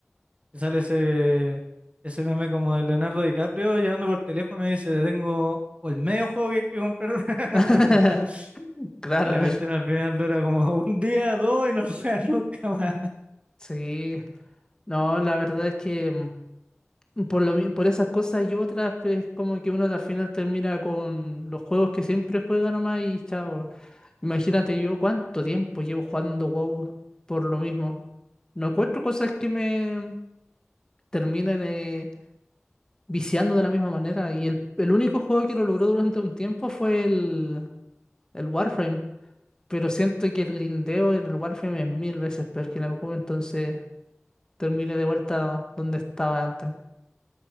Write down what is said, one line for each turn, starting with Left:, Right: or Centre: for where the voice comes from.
Right: Y sale ese, ese meme como de Leonardo DiCaprio llamando por teléfono y dice, le tengo el medio juego que hay que comprar. <laughs>
Left: <laughs> Claro,
Right: Y la cuestión al final dura como <laughs> un día, dos y no juega nunca más.
Left: sí. No, la verdad es que mm, por lo, mi- por esas cosas y otras, pues como que uno al final termina con los juegos que siempre juega nomás y chao. Imagínate yo cuánto tiempo llevo jugando WoW por lo mismo. No encuentro cosas que me terminen eh, viciando de la misma manera. Y el, el único juego que lo logró durante un tiempo fue el, el Warframe. Pero siento que el grindeo en el Warframe es mil veces peor que en el WoW, entonces terminé de vuelta donde estaba antes.